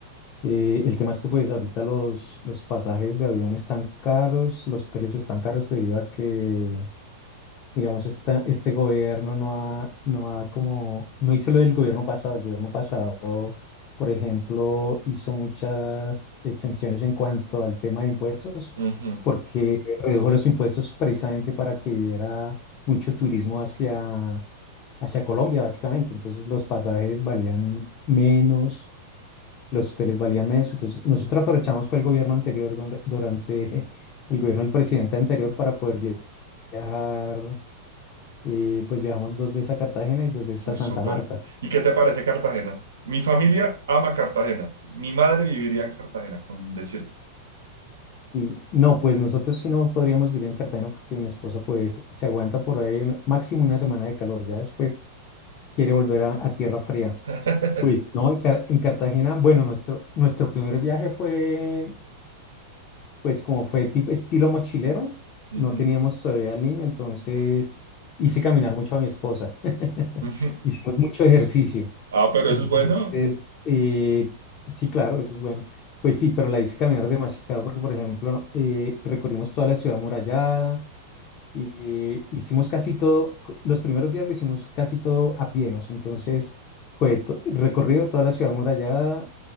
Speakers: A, on the left (about 40°); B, on the right (about 90°).
A: Eh, el tema es que pues ahorita los, los pasajes de avión están caros, los hoteles están caros debido a que Digamos, esta, este gobierno no ha, no ha como, no hizo lo del gobierno pasado. El gobierno pasado, por ejemplo, hizo muchas exenciones en cuanto al tema de impuestos,
B: Ujú.
A: porque redujo los impuestos precisamente para que hubiera mucho turismo hacia, hacia Colombia, básicamente. Entonces los pasajes valían menos, los hoteles valían menos. Entonces nosotros aprovechamos fue el gobierno anterior, donde- durante el gobierno del presidente anterior para poder via- viajar y pues viajamos dos veces a Cartagena y dos veces
B: Uy,
A: a Santa
B: súper.
A: Marta.
B: ¿Y qué te parece Cartagena? Mi familia ama Cartagena. Mi madre viviría en Cartagena, con decirte.
A: Y no, pues nosotros sí no podríamos vivir en Cartagena porque mi esposa pues se aguanta por ahí un- máximo una semana de calor. Ya después quiere volver a, a tierra fría.
B: <laughs>
A: Pues no, en, Car- en Cartagena, bueno, nuestro, nuestro primer viaje fue pues como fue tipo estilo mochilero.
B: Ujú,
A: No teníamos todavía al niño, entonces hice caminar mucho a mi esposa. <laughs>
B: ujú.
A: Hicimos mucho ejercicio.
B: Ah, pero
A: Entonces,
B: eso es bueno.
A: eh, sí, claro, eso es bueno. Pues sí, pero la hice caminar demasiado porque, por ejemplo, eh, recorrimos toda la ciudad amurallada, eh, hicimos casi todo, co- los primeros días lo hicimos casi todo a pie, o sea, entonces fue to- recorrido toda la ciudad amurallada